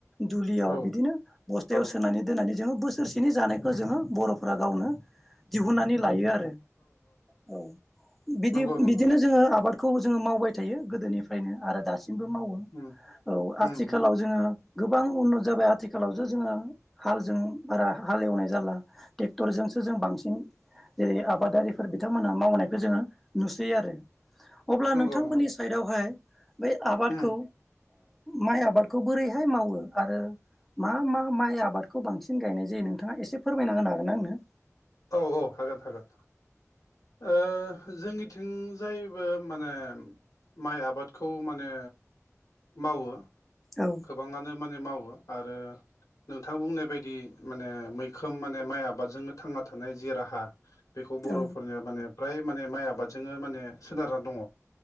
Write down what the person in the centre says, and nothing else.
दुलियाव
बिदिनो बस्थायाव
सोनानै दोननानै जोङो बोसोरसेनि जानायखौ जोङो बर'फोरा गावनो दिहुननानै लायो आ औ बिदि
बिदिनो जोङो आबादखौ जोङो मावबाय थायो गोदोनिफ्रायनो आरो दासि बो मावो
औ आथिखालाव
जोङो गोबां उन्न जाबाय आथिखालाव जो जोङो हालजों बारा हाल एवनाय जाला ट्रेक्टरजों सो जों बांसिन जेरै आबादारिफोर बिथांमोनहा मावनायखौ जोङो नु सै आरो अब्ला
नोंथांमोननि
साइडआवहाय बै आबादखौ
माइ आबादखौ बोरैहाय मावो आरो मा मा माइ आबादखौ बांसिन गायनाय जायो नोंथाङा एसे फोरमायना होनोनो हागोन आंनो
औ
औ